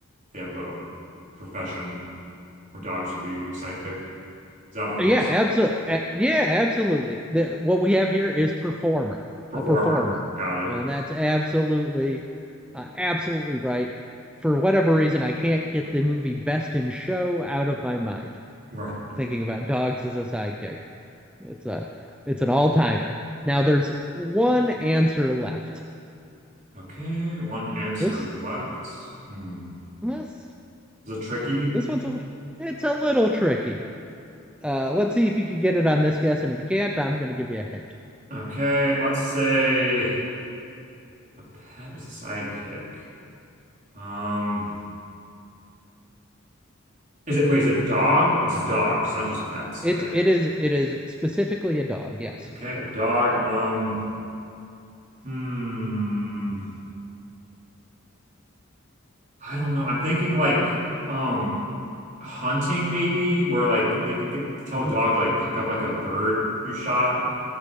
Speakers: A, on the right (about 40°); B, in the centre.
A: they have a profession where dogs would be sidekick. Is that on
B: Yeah,
A: the list?
B: absolutely. Yeah, absolutely. The, what we have here is performer,
A: Performer.
B: a performer,
A: Got it.
B: and that's absolutely, uh, absolutely right. For whatever reason, I can't get the movie Best in Show out of my mind.
A: Right.
B: Thinking about dogs as a sidekick, it's a, it's an all-timer. Now there's one answer left.
A: Okay, one answer
B: This,
A: left. Hmm.
B: this,
A: Is it tricky?
B: this one's a, it's a little tricky. Uh, let's see if you could get it on this guess, and if you can't, I'm going to give you a hint.
A: Okay, let's say. A pet is a sidekick. Um, is it, wait, is it dog? It's dogs, not just pets,
B: It
A: right?
B: it is it is specifically a dog, yes.
A: Okay, a dog. Um, hmm. I don't know. I'm thinking like, um, hunting maybe, where like they could get, tell
B: Mm.
A: a dog to like pick up like a bird you shot.